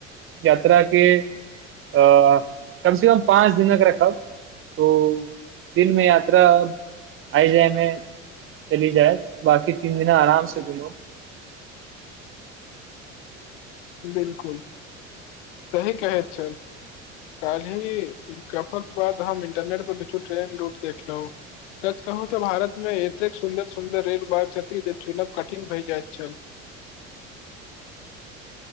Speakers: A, on the right; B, on the left.
A: यात्रा के अ कम से कम पाँच दिनक रखब ओ दिनमे यात्रा आय जायमे चली जायत बाकी तीन दिना आराम से घुमु।
B: बिलकुल सही कहैत छैथ। काल्हि गप्पक बाद हम इंटरनेट पर देखयौ ट्रेन रूट देखलहु। सच कहुं तऽ भारतमे एतेक सुन्दर सुन्दर रेल मार्ग छथि जे चुनब कठिन भए जाइत छल।